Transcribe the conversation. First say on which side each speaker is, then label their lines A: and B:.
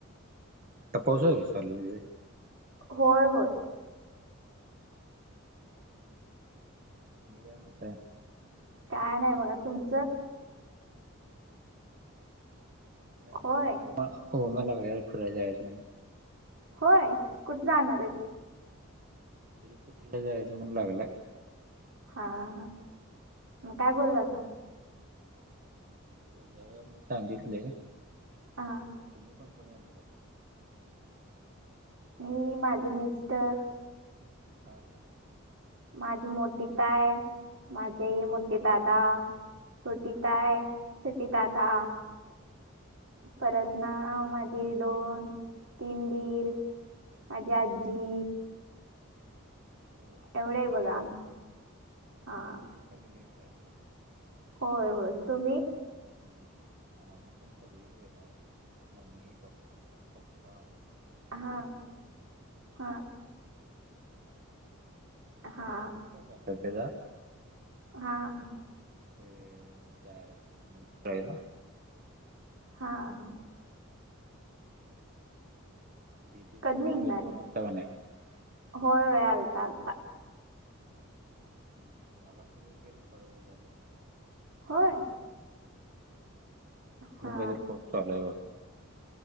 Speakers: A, on the right; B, on the right.
A: त पाऊसं हाय काय चालू तिकडे.
B: होय होय.
A: आणि काय म्हणतय.
B: काय नाही बघा तुमचं.
A: आणि
B: होय
A: ओमा ओम्याला वगैरे फिरायच्या आहे म्हणून.
B: होय कुठ जाणार आहे.
A: तिरपतीला जायचं म्हणला लागलंय.
B: हा हा मग काय बोलासा.
A: जाऊया म्हणून सांगितले
B: हा
A: तुम्ही कोण कोण येणार हाय.
B: मी माझं मिस्टर.
A: हा.
B: माझी मोठी ताय माझे मोठे दादा. छोटी
A: हा
B: ताय छोटे दादा.
A: <inaudible>
B: परत ना मा ही दोन तीन वीर माझी आजी.
A: सगळी
B: एवढे हाय बघा हा.
A: फॅमिय <unintelligible>
B: होय होय तुम्ही.
A: हम्म <inaudible> आणि् पण सगळी येणार मम्मी पप् पप्पा
B: हा
A: बहीण.
B: हा. हा
A: रात्रीच कॉल झालता त्याचा.
B: हा हा.
A: ते जायच म्हणून फिरायला.
B: हां हां.
A: दिदीचा
B: कधी
A: वगैरे
B: निघणार
A: काही फोन
B: आहे
A: आलता का नाही
B: होय होय आलता आलता.
A: हम्म मला पण येऊन गेल थोड वेळ झाले.
B: होय. हा
A: कुणाचा तरी फोन चालू आहे वाटतं.